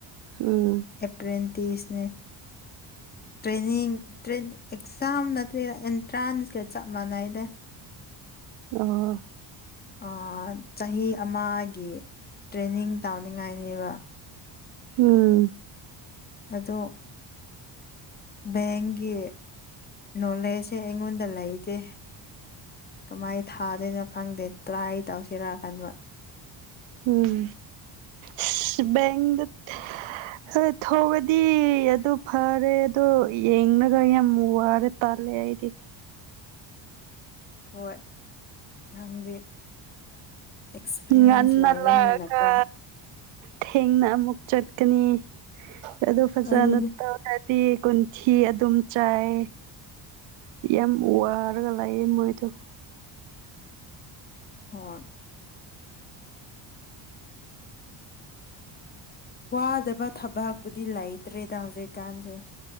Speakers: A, on the right (about 75°); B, on the left (about 20°).
A: ꯎꯝ
B: ꯑꯦꯄ꯭ꯔꯦꯟꯇꯤꯁꯅꯦ ꯇ꯭ꯔꯦꯅꯤꯡ ꯇ꯭ꯔꯦꯟꯗꯤꯡ ꯑꯦꯛꯖꯥꯝ ꯅꯠꯇꯦꯗ ꯑꯦꯟꯇ꯭ꯔꯥꯟꯁꯀ ꯆꯞ ꯃꯥꯟꯅꯩꯗ꯫
A: ꯑꯣ
B: ꯑꯥ ꯆꯍꯤ ꯑꯃꯥꯒꯤ ꯇ꯭ꯔꯦꯅꯤꯡ ꯇꯧꯅꯤꯡꯉꯥꯏꯅꯦꯕ꯫
A: ꯎꯝ
B: ꯑꯗꯣ ꯕꯦꯡꯒꯤ ꯅꯣꯂꯦꯖꯁꯦ ꯑꯩꯉꯣꯟꯗ ꯂꯩꯇꯦ꯫ ꯀꯃꯥꯏ ꯊꯥꯗꯣꯏꯅꯣ ꯈꯪꯗꯦ ꯇ꯭ꯔꯥꯏ ꯇꯧꯁꯤꯔꯥ ꯈꯟꯕ꯫
A: ꯎꯝ ꯏꯁ ꯕꯦꯡꯗ ꯊ ꯊꯧꯔꯗꯤ ꯑꯗꯨ ꯐꯔꯦ ꯑꯗꯨ ꯌꯦꯡꯂꯒ ꯌꯥꯝ ꯋꯥꯔꯦ ꯇꯜꯂꯦ ꯑꯩꯗꯤ
B: ꯍꯣꯏ ꯅꯪꯗꯤ ꯑꯦꯛꯁꯄꯤꯔꯤꯌꯦꯟꯁ
A: ꯉꯟꯅ
B: ꯂꯩꯕꯅꯤꯅꯀꯣ
A: ꯂꯥꯛꯑꯒ ꯊꯦꯡꯅ ꯑꯃꯨꯛ ꯆꯠꯀꯅꯤ ꯑꯗꯨ ꯐꯖꯅ
B: ꯑꯗꯨꯅꯤ
A: ꯇꯧ ꯇꯤ ꯀꯨꯟꯊꯤ ꯑꯗꯨꯝ ꯆꯥꯏ ꯌꯥꯝ ꯋꯥꯔꯒ ꯂꯥꯛꯌꯦ ꯃꯣꯏꯗꯣ
B: ꯍꯣꯏ ꯋꯥꯗꯕ ꯊꯕꯛꯄꯨꯗꯤ ꯂꯩꯇ꯭ꯔꯦꯗ ꯍꯧꯖꯤꯛꯀꯥꯟꯁꯦ